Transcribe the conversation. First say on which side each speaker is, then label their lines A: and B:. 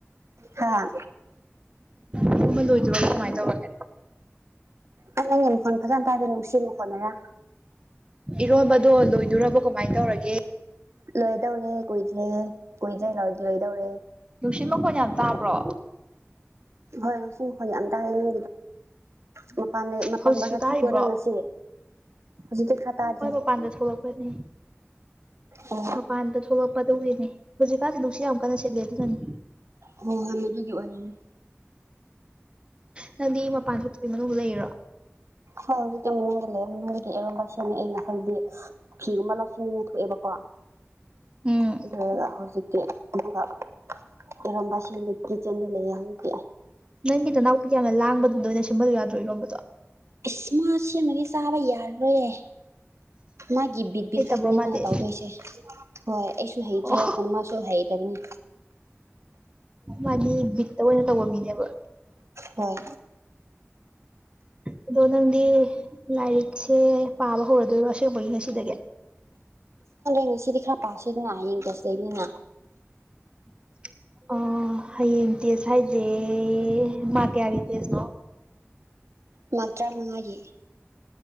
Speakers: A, on the right (about 75°); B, on the right (about 20°).
A: ꯍꯥꯥ
B: ꯏꯔꯣꯟꯕ ꯂꯣꯏꯗꯣꯔꯕ꯭ꯔꯣ ꯀꯃꯥꯏꯅ ꯇꯧꯔꯒꯦ
A: ꯑꯩ ꯅꯪꯒꯤ ꯃꯈꯣꯟ ꯐꯖꯅ ꯇꯥꯗꯦ ꯅꯨꯡꯁꯤꯠ ꯃꯈꯣꯟꯅꯔꯥ
B: ꯏꯔꯣꯟꯕꯗꯣ ꯂꯣꯏꯗꯣꯔꯕ꯭ꯔꯣ ꯀꯃꯥꯏꯅ ꯇꯧꯔꯒꯦ
A: ꯂꯣꯏꯗꯧꯔꯦ ꯀꯨꯏꯗ꯭ꯔꯦ ꯀꯨꯏꯗ꯭ꯔꯦ ꯂꯣꯏꯗꯧꯔꯦ
B: ꯅꯨꯡꯁꯤꯠ ꯃꯈꯣꯟ ꯌꯥꯝ ꯇꯥꯕ꯭ꯔꯣ
A: ꯍꯣꯏ ꯅꯨꯡꯁꯤꯠ ꯃꯈꯣꯜ ꯌꯥꯝ ꯇꯥꯏꯌꯦ ꯀꯩꯅꯣ ꯃꯄꯥꯟ
B: ꯍꯧꯖꯤꯛꯁꯨ
A: ꯕꯖꯥꯔ
B: ꯇꯥꯔꯤꯕ꯭ꯔꯣ
A: ꯊꯣꯛꯄ꯭ꯔꯣ ꯅꯪ ꯉꯁꯤ ꯍꯧꯖꯤꯛꯇꯤ ꯈꯔ ꯇꯥꯗ꯭ꯔꯦ
B: ꯍꯣꯏ ꯃꯄꯥꯟꯗ ꯊꯣꯛꯂꯛꯄꯅꯦ
A: ꯑꯣ
B: ꯃꯄꯥꯟꯗ ꯊꯣꯛꯂꯛꯄ ꯑꯗꯨꯒꯤꯅꯦ ꯍꯧꯖꯤꯛꯀꯥꯟꯁꯦ ꯅꯨꯡꯁꯤꯠ ꯌꯥꯝ ꯀꯥꯟꯅ ꯁꯤꯠꯂꯦ ꯑꯗꯨꯅꯅꯤ
A: ꯍꯣꯏ ꯍꯣꯏ ꯑꯗꯨꯒꯤ ꯑꯣꯏꯔꯝꯅꯤ
B: ꯅꯪꯗꯤ ꯃꯄꯥꯟ ꯊꯣꯛꯇꯕꯤ ꯃꯅꯨꯡꯗ ꯂꯩꯔꯣ
A: ꯍꯣꯏ ꯍꯧꯖꯤꯛꯇꯤ ꯃꯅꯨꯡꯗ ꯂꯩꯃꯤ ꯅꯣꯏꯒꯤ ꯑꯔꯣꯝꯕ ꯁꯦꯝꯃꯦꯕ ꯑꯩ ꯉꯁꯥꯏꯗꯤ ꯐꯤꯒꯨꯝꯕ ꯂꯧꯁꯤꯟꯅꯤꯡꯉꯥꯏ ꯊꯣꯛꯑꯦꯕꯀꯣ
B: ꯎꯝ
A: ꯀꯩꯗꯧꯗꯣꯏꯅꯣ ꯍꯧꯖꯤꯛ ꯑꯗꯨꯒ ꯏꯔꯣꯟꯕꯁꯤꯡ ꯀꯤꯆꯟꯗ ꯂꯩꯌꯦ ꯍꯧꯖꯤꯛꯇꯤ
B: ꯅꯪꯒꯤ ꯅꯅꯥꯎꯄꯤ ꯌꯥꯝꯅ ꯂꯥꯡꯕꯗꯨꯗ ꯑꯣꯏꯅ ꯁꯦꯝꯍꯜꯂꯨ ꯌꯥꯗ꯭ꯔꯣ ꯏꯔꯣꯟꯕꯗꯣ
A: ꯏꯁ ꯃꯥ ꯁꯦꯝꯃꯗꯤ ꯆꯥꯕ ꯌꯥꯔꯔꯣꯏꯌꯦ ꯃꯥꯒꯤ ꯕꯤꯠ ꯕꯤꯠ
B: ꯍꯩꯇꯕ꯭ꯔꯣ
A: ꯈꯛꯇꯅꯦ
B: ꯃꯥꯗꯤ
A: ꯃꯥꯅ ꯇꯧꯗꯣꯏꯁꯦ ꯍꯣꯏ ꯑꯩꯁꯨ ꯍꯩꯇ꯭ꯔꯦ
B: ꯑꯣ
A: ꯃꯥꯁꯨ ꯍꯩꯇꯕꯅꯤ
B: ꯃꯗꯤ ꯕꯤꯠ ꯇꯣꯏꯅ ꯇꯧꯕ ꯃꯤꯅꯦꯕ
A: ꯍꯣꯏ
B: ꯑꯗꯣ ꯅꯪꯗꯤ ꯂꯥꯏꯔꯤꯛꯁꯦ ꯄꯥꯕ ꯍꯧꯔꯗꯣꯏꯔꯣ ꯑꯁꯦꯡꯕꯒꯤ ꯉꯁꯤꯗꯒꯤ
A: ꯉꯁꯤꯗꯤ ꯈꯔ ꯄꯥꯁꯤꯗꯅ ꯍꯌꯦꯡ ꯇꯦꯁ ꯂꯩꯕꯅꯤꯅ
B: <inaudible> ꯑ ꯍꯌꯦꯡ ꯇꯦꯁ ꯍꯥꯏꯖꯦ ꯃꯥꯛ ꯀꯌꯥꯒꯤ ꯇꯦꯁꯅꯣ <unintelligible>
A: ꯃꯥꯛ ꯇ꯭ꯔꯥꯃꯉꯥꯒꯤ